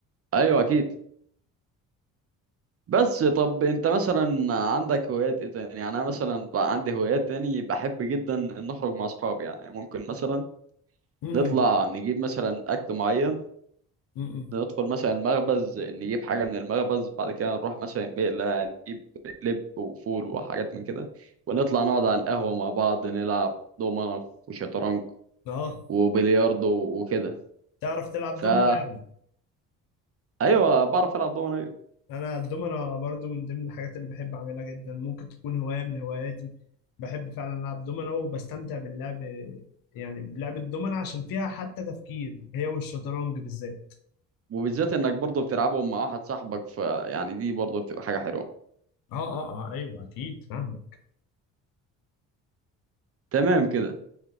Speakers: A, on the right; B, on the left.
A: ايوه اكيد بس طب انت مثلا عندك هوايات ايه تاني يعني انا مثلا بقى عندي هوايات تاني بحب جدا ان اخرج مع اصحابي يعني ممكن مثلا
B: امم
A: نطلع نجيب مثلا أكل معين
B: امم
A: ندخل مثلا المخبز نجيب حاجة من المخبز بعد كده نروح مثلا مقلة نجيب لب وفول وحاجات من كده ونطلع نقعد على القهوة مع بعض نلعب دومنة وشطرنج
B: اه
A: وبلياردو وكده
B: تعرف تلعب
A: فا
B: دومنا يعني
A: أيوة بعرف ألعب دومنة أيوة
B: انا الدومنة برضو من ضمن الحاجات اللي بحب اعملها جدا ممكن تكون هواية من هواياتي بحب فعلا العب دومنة وبستمتع باللعب يعني بلعب الدومنة عشان فيها حتى تفكير هي والشطرنج بالذات
A: وبالذات إنك برضه بتلعبهم مع واحد صاحبك فيعني دي برضه بتبقى حاجة حلوة
B: اه اه اه ايوه اكيد فاهمك
A: تمام كده